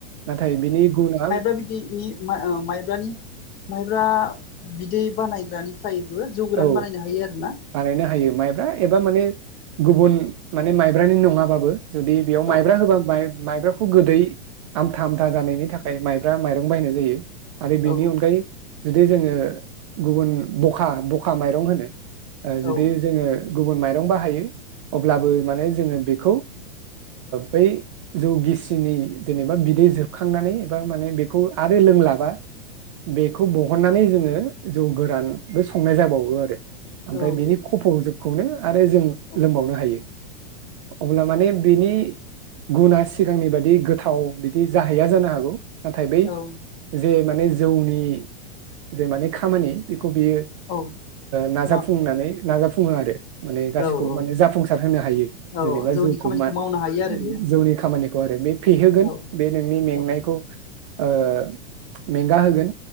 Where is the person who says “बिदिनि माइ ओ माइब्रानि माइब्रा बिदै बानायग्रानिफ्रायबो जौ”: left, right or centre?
Left